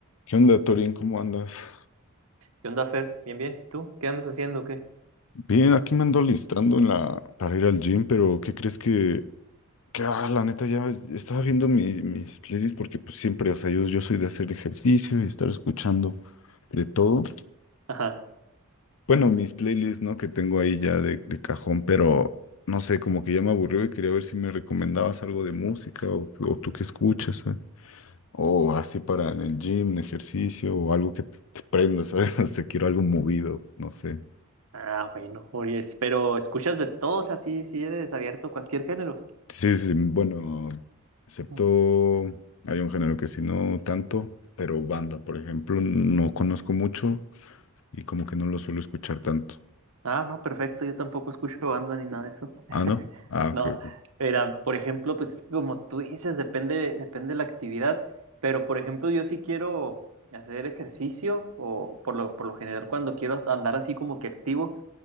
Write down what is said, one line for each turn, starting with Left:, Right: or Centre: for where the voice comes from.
Left: ¿Qué onda, Torín? ¿Cómo andas?
Right: ¿Qué onda, Fer? Bien, bien. ¿Tú? ¿Qué andas haciendo? o ¿Qué?
Left: Bien, aquí me ando alistando en la... para ir al gym, pero ¿qué crees que... que ah, la neta ya estaba viendo mis, mis playlists porque pues siempre, o sea, yo, yo soy de hacer ejercicio y estar escuchando de todo.
Right: Ajá.
Left: Bueno, mis playlists, ¿no? Que tengo ahí ya de, de cajón, pero no sé, como que ya me aburrió y quería ver si me recomendabas algo de música o, o tú qué escuchas, ¿sabes? O así para en el gym, en ejercicio o algo que te prenda, ¿sabes? <laughs> Te quiero algo movido, no sé.
Right: Ah, bueno, Ories. Pero escuchas de todo, o sea, sí, sí eres abierto a cualquier género.
Left: Sí, sí, bueno, excepto
Right: Mm.
Left: hay un género que sí, no tanto, pero banda, por ejemplo, no conozco mucho y como que no lo suelo escuchar tanto.
Right: Ah, no, perfecto. Yo tampoco escucho banda ni nada de eso. <laughs>
Left: Ah, ¿no? Ah, ok,
Right: No,
Left: ok.
Right: era, por ejemplo, pues es que como tú dices, depende, depende de la actividad. Pero, por ejemplo, yo sí quiero hacer ejercicio o por lo, por lo general cuando quiero hasta andar así como que activo,